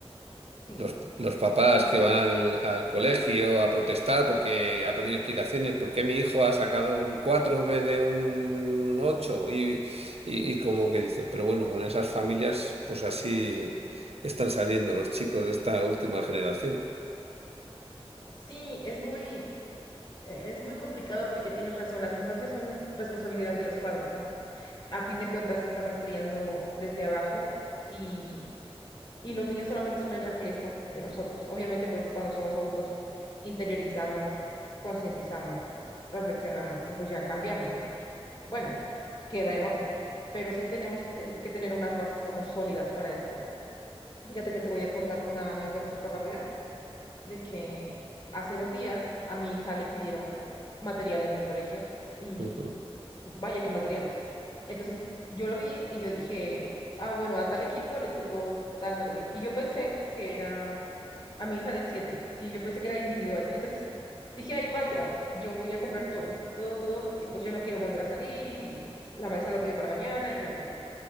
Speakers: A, on the left; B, on the right.
A: Sí,
B: Los, los
A: sí,
B: papás
A: definitivamente.
B: que van al, al colegio a protestar porque a pedir explicaciones, ¿por qué mi hijo ha sacado un 4 en vez de un ocho Y, y, y como que dices, pero bueno, con esas familias pues así están saliendo los chicos de esta última generación.
A: Sí, es muy, eh, es muy complicado porque tienes razón, las infancias son responsabilidad de los padres, ¿no? A fin de cuentas estamos criando desde abajo y, y los niños solamente son el reflejo de nosotros. Obviamente, pues cuando somos adultos interiorizamos, concientizamos, reflexionamos y pues ya cambiamos, ¿no? Bueno, queda en uno, pero sí tenemos te- que tener unas bases como sólidas para esto. Fíjate que te voy a contar una anécdota súper rápida de que hace dos días a mi hija le pidieron material en el colegio y
B: Ujú.
A: vaya qué material. Entonces yo lo vi y yo dije, ah, bueno, a tal equipo le tocó tal material. Y yo pensé que era a mi hija de siete y yo pensé que era individual. Entonces dije, ay, vaya, yo voy a comprar todo, todo, todo, porque pues yo no quiero volver a salir y la maestra lo pidió para mañana y bueno, ¿no?